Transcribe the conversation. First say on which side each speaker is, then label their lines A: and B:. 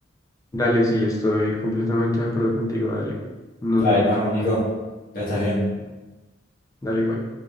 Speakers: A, on the left (about 15°); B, on the left (about 45°).
A: Dale, sí, estoy completamente de acuerdo contigo, dale. Nos
B: Dale,
A: vemos.
B: nos vemos, Nico. Que estés bien.
A: Dale igual.